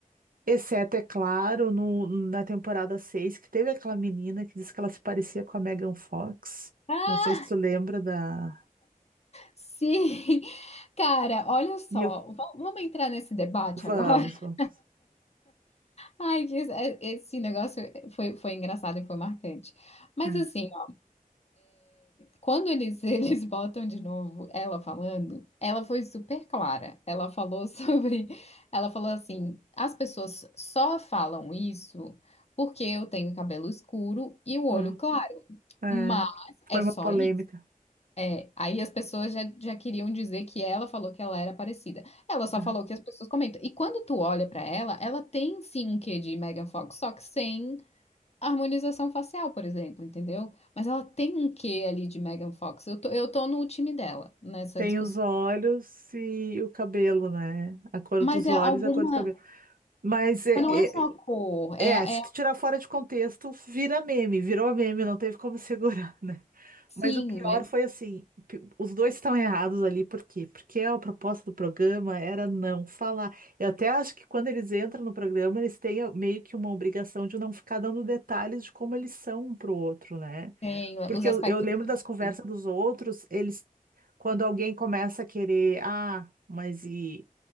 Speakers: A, on the right (about 75°); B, on the left (about 45°).
A: Exceto, é claro, no, na temporada 6 que teve aquela menina que disse que ela se parecia com a Megan Fox.
B: Ah,
A: Não sei se tu lembra da.
B: Sim, <laughs> cara, olha só,
A: E eu-
B: va- vamos entrar nesse debate
A: Vamos.
B: agora? <laughs>
A: vamos.
B: Ai, que isso- é- esse negócio foi, foi engraçado e foi marcante. Mas
A: É,
B: assim, ó, quando eles, <laughs> eles botam de novo ela falando, ela foi super clara. Ela falou <laughs> sobre, ela falou assim, as pessoas só falam isso porque eu tenho cabelo escuro e o olho
A: aham,
B: claro,
A: é.
B: mas é
A: Foi uma
B: só
A: polêmica.
B: É, Aí as pessoas já, já queriam dizer que ela falou que ela era parecida. Ela só
A: É.
B: falou que as pessoas comentam. E quando tu olha pra ela, ela tem sim um quê de Megan Fox, só que sem harmonização facial, por exemplo, entendeu? Mas ela tem um quê ali de Megan Fox. Eu tô, eu tô no time dela nessa
A: Tem
B: discussão.
A: os olhos e o cabelo, né? A cor
B: Mas
A: dos
B: é
A: olhos,
B: alguma.
A: e a cor do cabelo. Mas é,
B: Mas não é só
A: é,
B: a cor,
A: É,
B: é,
A: se
B: é
A: tu tirar fora de contexto, vira meme, virou meme, não teve como <laughs> segurar, né?
B: sim,
A: Mas o pior
B: mas
A: foi assim, pi- os dois estão errados ali, por quê? Porque a proposta do programa era não falar. Eu até acho que quando eles entram no programa, eles têm meio que uma obrigação de não ficar dando detalhes de como eles são um pro outro, né?
B: tem os
A: Porque
B: aspectos
A: eu, eu lembro
B: físicos.
A: das conversas dos outros, eles, quando alguém começa a querer, ah, mas e,